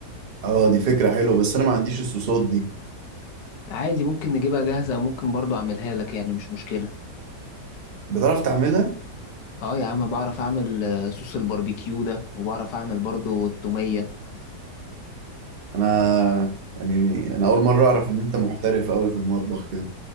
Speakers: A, on the right; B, on the left.
A: اه دي فكرة حلوة بس انا ما عنديش الصوصات دي
B: عادي ممكن نجيبها جاهزة أو ممكن برضو أعملها لك يعني مش مشكلة
A: بتعرف تعملها
B: اه يا عم بعرف اعمل آه، صوص الباربيكيو ده وبعرف اعمل برضو التومية
A: انا يعني انا اول مرة اعرف ان انت محترف قوي في المطبخ كده